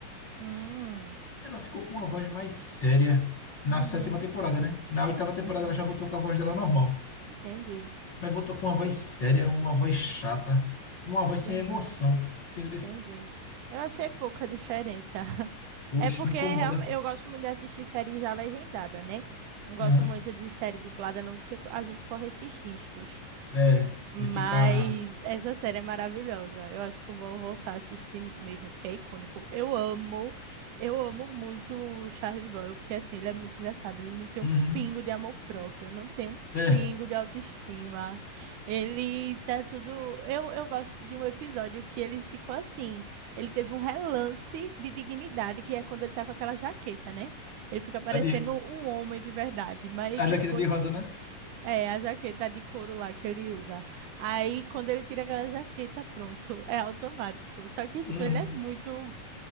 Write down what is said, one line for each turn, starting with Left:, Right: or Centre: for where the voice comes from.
Right: Hum.
Left: ela ficou com uma voz mais séria na
Right: Uhum.
Left: sétima temporada, né? Na oitava temporada
Right: Uhum.
Left: ela já voltou com a voz dela normal.
Right: Entendi.
Left: Mas voltou com uma voz séria, uma voz chata, uma
Right: Entendi.
Left: voz sem emoção. Entendeu?
Right: Entendi. Eu achei pouca diferença. <laughs>
Left: Oxe,
Right: É porque
Left: me incomoda.
Right: realme- eu gosto muito de assistir série já legendada, né? Não gosto
Left: Aham.
Right: muito de série dublada, não, porque a gente corre esses riscos.
Left: É,
Right: Mas
Left: de ficar.
Right: essa série é maravilhosa. Eu acho que eu vou voltar a assistir mesmo, porque é icônico. Eu amo, eu amo muito o Charles Boyle, porque assim, ele é muito engraçado. Ele não tem
Left: Uhum.
Right: um pingo de amor próprio, não tem um
Left: É,
Right: pingo de autoestima. Ele tá tudo. Eu, eu gosto de um episódio que ele ficou assim. Ele teve um relance de dignidade, que é quando ele tá com aquela jaqueta, né? Ele fica parecendo
Left: a, de...
Right: um homem de verdade. Mas
Left: a
Right: depois
Left: jaqueta de rosa, né?
Right: é, a jaqueta de couro lá que ele usa. Aí, quando ele tira aquela jaqueta, pronto, é automático. Só que, tipo,
Left: Uhum.
Right: ele é muito